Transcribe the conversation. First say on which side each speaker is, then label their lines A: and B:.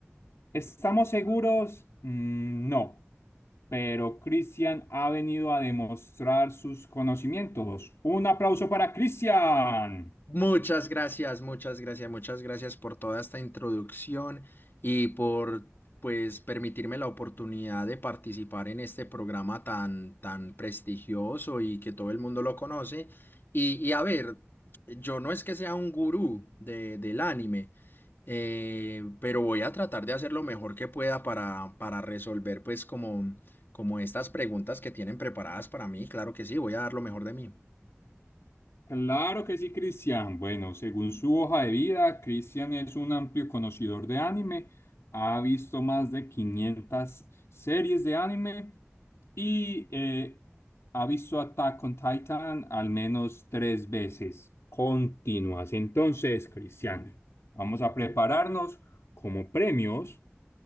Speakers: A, on the left (about 75°); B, on the left (about 50°).
A: ¿Estamos seguros? Mm, no, pero Christian ha venido a demostrar sus conocimientos. Un aplauso para Christian.
B: Muchas gracias, muchas gracias, muchas gracias por toda esta introducción y por pues permitirme la oportunidad de participar en este programa tan tan prestigioso y que todo el mundo lo conoce. Y, y a ver, yo no es que sea un gurú de, del anime, eh, pero voy a tratar de hacer lo mejor que pueda para, para resolver pues como, como estas preguntas que tienen preparadas para mí. Claro que sí, voy a dar lo mejor de mí.
A: Claro que sí, Cristian. Bueno, según su hoja de vida, Cristian es un amplio conocedor de anime, ha visto más de 500 series de anime y eh, ha visto Attack on Titan al menos tres veces continuas. Entonces, Cristian, vamos a prepararnos como premios.